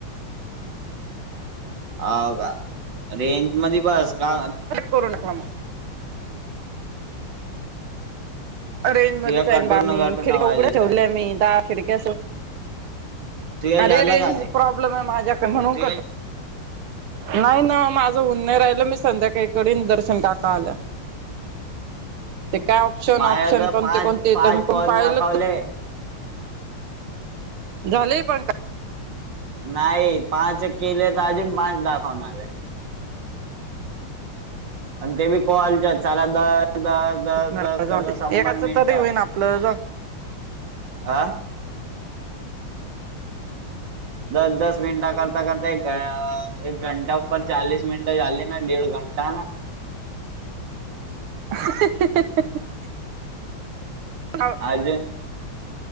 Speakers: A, on the right (about 60°); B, on the right (about 85°).
A: हो का रेंज म बस का
B: कोर्णकला रेंज मध्येच
A: तुझ्या
B: आहे
A: कटून
B: बा म्ही
A: कटून
B: खिडक्या
A: आवाज
B: उघड्या
A: येत
B: ठेवले
A: आहे
B: मी दहा खिडक्या अस
A: तुझ्या झालं
B: अरे रेंज
A: का ते
B: प्रॉब्लेम आहे माझ्याक म्हणून नाही ना माझं होन राहिल मी संध्याकाळीक दर्शन काका आल्या काय ऑप्शन
A: माझ्या
B: ऑप्शन
A: तर
B: कोणते
A: पाच
B: कोणते
A: पाच
B: तर मी
A: फोन
B: कोण पाहिलं
A: दाखवले
B: ते झालेय पण का
A: नाही पाच केले तर अजून पाच दाखवून आले आणि ते बी कलच्या ला द द दस
B: काय
A: दस करज
B: जाऊ दे
A: शंभर
B: एकाच
A: मिनटं
B: तरी होईन आपलं
A: ह दस दस मिनटा करता करता एक एक घंटापर चालीस मिनटं झाली नाही ड घंटा ना
B: <unintelligible> <inaudible> <inaudible> हो
A: अज